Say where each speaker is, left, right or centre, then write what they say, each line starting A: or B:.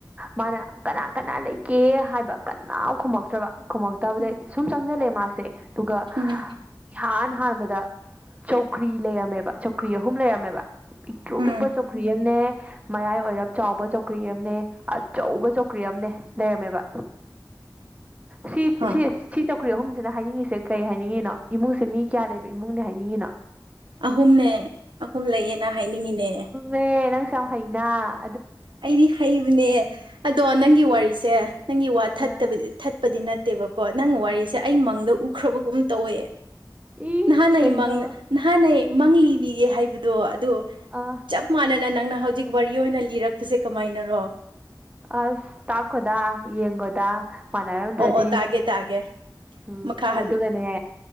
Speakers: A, on the right; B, on the right.
A: ꯃꯥꯅ ꯀꯅꯥ ꯀꯅꯥ ꯂꯩꯒꯦ ꯍꯥꯏꯕ ꯀꯅꯥ ꯈꯨꯝꯃꯛꯇ꯭ꯔꯕ ꯈꯨꯝꯃꯛꯇꯕꯗꯩ
B: ꯎꯝ
A: ꯁꯨꯝ ꯆꯪꯁꯤꯜꯂꯦ ꯃꯥꯁꯦ ꯑꯗꯨꯒ
B: ꯎꯝ
A: ꯏꯍꯥꯟ ꯍꯥꯟꯕꯗ ꯆꯧꯀ꯭ꯔꯤ ꯂꯩꯔꯝꯃꯦꯕ ꯆꯧꯀ꯭ꯔꯤ ꯑꯍꯨꯝ ꯂꯩꯔꯝꯃꯦꯕ ꯄꯤꯛꯂꯣ
B: ꯎꯝ
A: ꯄꯤꯛꯄ ꯆꯣꯀꯔꯤ ꯑꯦꯝꯅꯦ ꯃꯌꯥꯏ ꯑꯣꯏꯔꯞ ꯆꯥꯎꯕ ꯆꯧꯀ꯭ꯔꯤ ꯑꯃꯅꯦ ꯑꯆꯧꯕ ꯆꯧꯀ꯭ꯔꯤ ꯑꯃꯅꯦ ꯂꯩꯔꯃꯕ ꯁꯤ
B: ꯍꯥ
A: ꯁꯤ ꯁꯤ ꯆꯧꯀ꯭ꯔꯤ ꯑꯍꯨꯝꯁꯤꯅ ꯍꯥꯏꯅꯤꯡꯉꯤꯁꯦ ꯀꯩ ꯍꯥꯏꯅꯤꯡꯉꯤꯅꯣ ꯏꯃꯨꯡꯁꯦ ꯃꯤ ꯀꯌꯥ ꯂꯩꯕ ꯏꯃꯨꯡꯅꯦ ꯍꯥꯏꯅꯤꯡꯉꯤꯅꯣ
B: ꯑꯍꯨꯝꯅꯦ ꯑꯍꯨꯝ ꯂꯩꯌꯦꯅ ꯍꯥꯏꯅꯤꯡꯉꯤꯅꯦ
A: ꯑꯦ ꯅꯥꯡꯁ ꯌꯥ ꯍꯥꯏꯩꯅ
B: ꯑꯩꯗꯤ ꯍꯩꯕꯅꯦ ꯑꯗꯣ ꯅꯪꯒꯤ ꯋꯥꯔꯤꯁꯦ ꯅꯪꯒꯤ ꯋꯥ ꯊꯠꯇꯕ
A: ꯑ
B: ꯆꯄꯗꯤ ꯅꯠꯇꯦꯕꯀꯣ ꯅꯪ ꯋꯥꯔꯤꯁꯦ ꯑꯩ ꯃꯪꯗ ꯎꯈ꯭ꯔꯕꯒꯨꯝ ꯇꯧꯋꯦ
A: ꯏ
B: ꯅꯍꯥꯟꯅꯩꯪ
A: ꯀꯩꯅꯣ
B: ꯅꯍꯥꯟꯅꯩ ꯃꯪ ꯂꯤꯔꯤꯒꯦ ꯍꯥꯏꯕꯗꯣ ꯑꯗꯨ
A: ꯑ
B: ꯆꯞ ꯃꯥꯟꯅꯅ ꯅꯪꯅ ꯍꯧꯖꯤꯛ ꯋꯥꯔꯤ ꯑꯣꯏꯅ ꯂꯤꯔꯛꯄꯁꯦ ꯀꯃꯥꯏꯅꯔꯣ
A: ꯑꯁ ꯇꯥꯛꯀꯗ ꯌꯦꯡꯒꯣꯗ ꯃꯥꯟꯅꯔꯝꯗ꯭ꯔꯗꯤ
B: ꯑꯣ ꯑꯣ ꯇꯥꯒꯦ ꯇꯥꯒꯦ
A: ꯎꯝ
B: ꯃꯈꯥ ꯍꯟ
A: ꯑꯗꯨꯒꯅꯦ